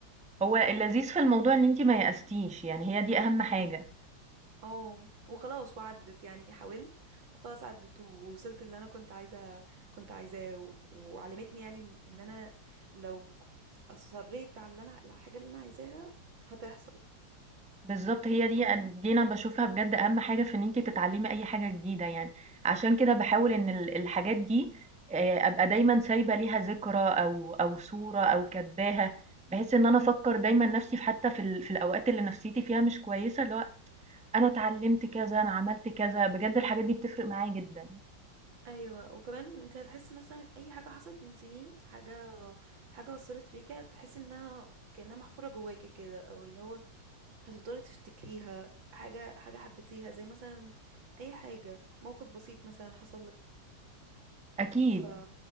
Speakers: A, in the centre; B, on the right.
A: هو اللذيذ في الموضوع إن أنتِ ما يأستيش، يعني هي دي أهم حاجة.
B: اه وخلاص وعدت يعني حاولت وخلاص عدت ووصلت اللي انا كنت عايزه كنت عايزاه و- وعلمتني يعني ان إن انا لو ك- اصريت على اللي انا على الحاجه اللي انا عايزاها هتحصل
A: بالضبط
B: فاهماني
A: هي دي أن دي أنا باشوفها بجد أهم حاجة في إن أنتِ تتعلمي أي حاجة جديدة يعني، عشان كده باحاول إن ال الحاجات دي آآ، أبقى دايمًا سايبة ليها ذكرى أو أو صورة أو كاتباها، بحيث إن أنا أفكّر دايمًا نفسي في حتى في ال في الأوقات اللي نفسيتي فيها مش كويسة، اللي هو أنا اتعلمت كذا، أنا عملت كذا، بجد الحاجات دي بتفرق معايا جدًا،
B: ايوه وكمان انت هتحس مثلا اي حاجه حصلت من سنين حاجه حاجه اثرت فيك هتحس انها كانها محفوره جواكي كده او اللي هو هتفضلي تفتكريها حاجه حاجه حبيتيها زي مثلا اي حاجه موقف بسيط مثلا حصل لك
A: أكيد.
B: ف